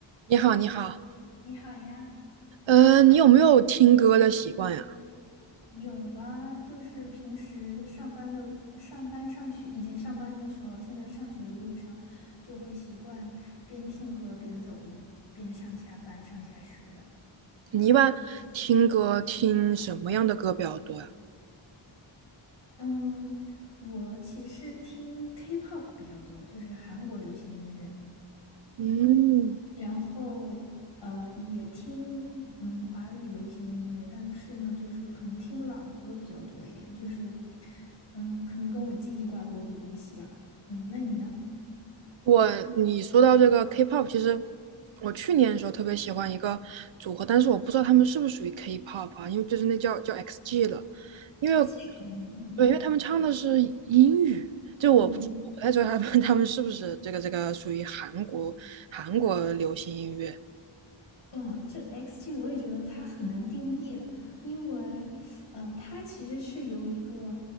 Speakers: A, on the right; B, on the left.
A: 你好，你好，
B: 你好呀，
A: 呃，你有没有听歌的习惯呀？
B: 有啊，就是平时上班的、上班上学，以前上班的时候，现在上学的路上，就会习惯边听歌边走路，边上下班、上下学的。
A: 你一般听歌听什么样的歌比较多呀？
B: 嗯，我其实听 K-pop 比较多，就是韩国流行音乐，
A: 嗯，
B: 然后呃也听嗯华语流行音乐，但是呢，就是可能听老歌比较多一点，就是嗯可能跟我记忆挂钩的东西吧。嗯，那你呢？
A: 我你说到这个 K-pop，其实我去年的时候特别喜欢一个组合，但是我不知道他们是不是属于 K-pop 啊，因为就是那叫叫 XG 了，因为
B: XG，嗯
A: 对，因为他们唱的是英语，就我不我不太知道他们他们是不是这个这个属于韩国韩国流行音乐。
B: 嗯嗯，这 XG 我也觉得它很难定义，因为，呃，它其实是由一个，